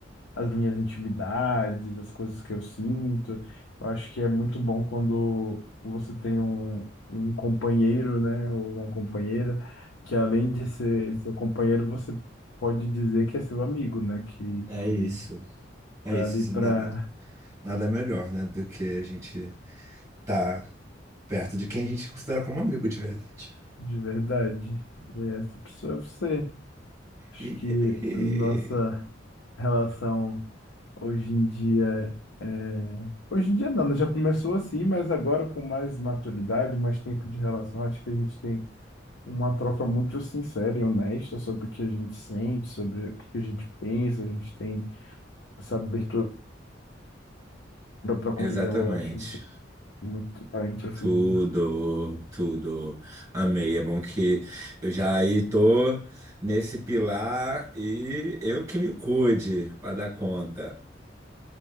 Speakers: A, on the left; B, on the right.
A: as minhas intimidades, as coisas que eu sinto. Eu acho que é muito bom quando você tem um, um companheiro, né, ou uma companheira, que além de ser seu companheiro, você pode dizer que é seu amigo, né, que,
B: É
A: que
B: isso, é
A: tá
B: isso.
A: ali pra
B: Na- na- Nada melhor, né, do que a gente tá perto de quem a gente considera como amigo de verdade.
A: de verdade. E é essa pessoa é você. Acho
B: E...
A: que a nossa relação hoje em dia é... Hoje em dia não, né? já começou assim, mas agora com mais maturidade, mais tempo de relação, acho que a gente tem uma troca muito sincera e honesta sobre o que a gente sente, sobre o que a gente pensa, a gente tem essa abertura para com
B: Exatamente.
A: e eu acho isso muito importante, assim,
B: Tudo,
A: né?
B: tudo. Amei. É bom que eu já aí tô nesse pilar e eu que me cuide para dar conta.